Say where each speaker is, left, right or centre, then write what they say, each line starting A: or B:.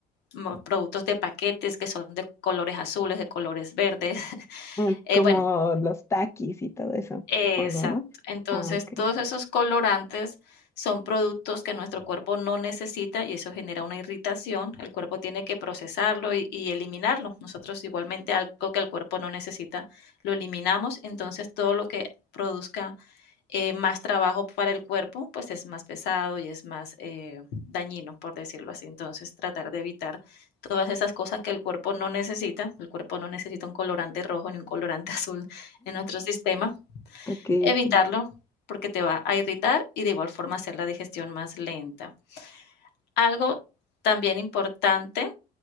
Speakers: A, on the left; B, on the left.
A: mo- productos de paquetes que son de colores azules, de colores verdes,
B: Ah,
A: eh,
B: como
A: bueno,
B: los taquis y todo eso,
A: Exacto.
B: supongo, ¿no?
A: Entonces,
B: Ah, ok.
A: todos esos colorantes son productos que nuestro cuerpo no necesita y eso genera una irritación. El cuerpo tiene que procesarlo y, y eliminarlo. Nosotros igualmente algo que el cuerpo no necesita, lo eliminamos. Entonces, todo lo que produzca eh, más trabajo para el cuerpo, pues es más pesado y es más eh, dañino, por decirlo así. Entonces, tratar de evitar todas esas cosas que el cuerpo no necesita. El cuerpo no necesita un colorante rojo ni un colorante <laughs> azul en nuestro sistema
B: Ok,
A: evitarlo
B: ok.
A: porque te va a irritar y de igual forma hacer la digestión más lenta. Algo también importante